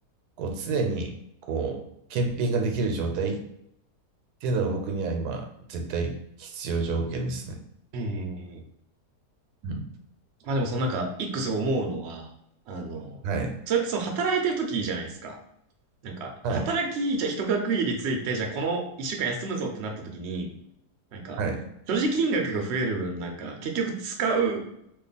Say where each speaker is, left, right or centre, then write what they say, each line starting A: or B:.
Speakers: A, on the right (about 80°); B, on the right (about 60°).
A: こう常にこう検品ができる状態っていうのが僕には今絶対必要条件ですね。
B: ええ。
A: うん。
B: まあでもそのなんか、一個すごい思うのは、あの、
A: はい。
B: それってその働いてる時じゃないですか。なんか、
A: はい。
B: 働き、じゃあ一区切りついて、じゃあこの一週間休むぞってなった時に、なんか、
A: はい。
B: 所持金額が増える分、なんか、結局使う